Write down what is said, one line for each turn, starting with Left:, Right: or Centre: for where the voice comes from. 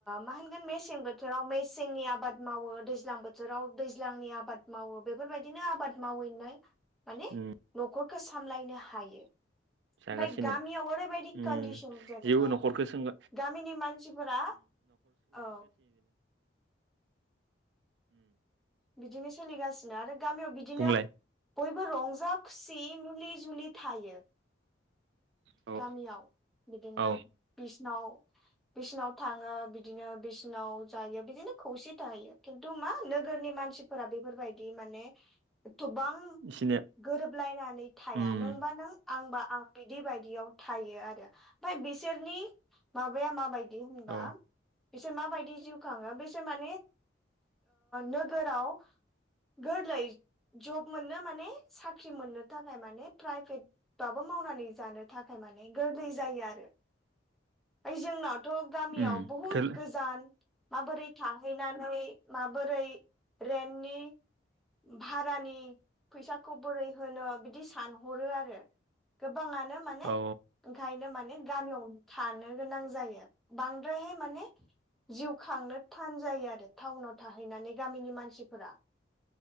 Centre: मा होन मेसें बोथोराव मेसेंनि आबाद मावो दैज्लां बोथोराव दैज्लांनि आबाद मावो बेफोरबायदि नो आबाद मावैनो माने
Right: उम
Centre: न'खरखौ सामलायनो हायो।
Right: <inaudible> जागासिनो
Centre: ओमफ्राय गामियाव ओरैबायदि
Right: उम
Centre: कन्डिसन जेनेबा
Right: जेबो न'खरखौ सों <unintelligible> <unintelligible>
Centre: गामिनि मानसिफोरा औ बिदिनो सोलिगासिनो आरो गामियाव बिदिनो
Right: बुंलाय
Centre: बयबो रंजा खुसि मुलि जुलि थायो।
Right: औ
Centre: गामियाव बिदिनो
Right: औ
Centre: बिसनाव बिसोरनाव थांङो बिदिनो बिसिनाव जायो बिदिनो खौसे थाहैयो खिन्थु मा नोगोरनि मानसिफोरा बेफोरबायदि माने एथबां
Right: इसिनो
Centre: गोरोबलायनानै थाया
Right: उम
Centre: नोंबा नों आंबा आं बिदि बाय बिदियाव थायो आरो ओमफ्राय बिसोरनि माबाया माबायदि होनबा
Right: औ
Centre: बिसोर माबायदि जिउ खांङो बिसोर माने नोगोराव गोरलै लाय जब मोननो माने साख्रि मोननो थाखाय माने प्राइभेट बाबो मावनानै जानो थाखाय माने गोरलै जायो आरो बा जोंनाव थ' गामियाव
Right: उम
Centre: बहुद
Right: थोल
Centre: गोजान माबोरै थाहैनानै माबोरै रेननि भारानि फैसाखौ बोरै होनो बिदि सानहरो आरो गोबांङानो माने
Right: औ
Centre: ओंखायनो माने माने गामियाव थानो गोनां जायो बांद्रायहाय माने जिउ खांनो थान जायो आरो टाउनाव थाहैनानै गामिनि मानसिफोरा